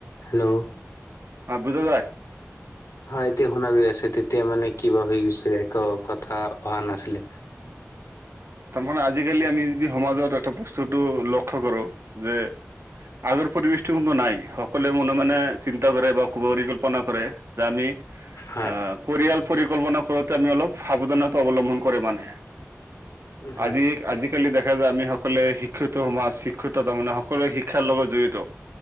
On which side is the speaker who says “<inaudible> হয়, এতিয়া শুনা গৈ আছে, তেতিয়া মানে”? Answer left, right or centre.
Left